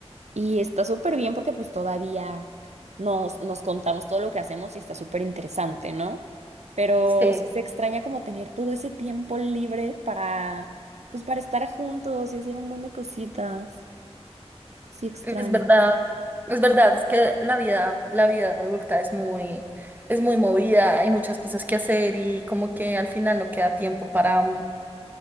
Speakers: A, on the right; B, on the right.
A: y está súper bien porque pues todavía nos, nos contamos todo lo que hacemos y está súper interesante, ¿no? Pero
B: Sí.
A: sí se extraña como tener todo ese tiempo libre para, pues para estar juntos y hacer un buen de cositas. Sí, extraño.
B: Es verdad, es verdad, es que la vida, la vida adulta es muy, es muy movida, hay muchas cosas que hacer y como que al final no queda tiempo para, mm,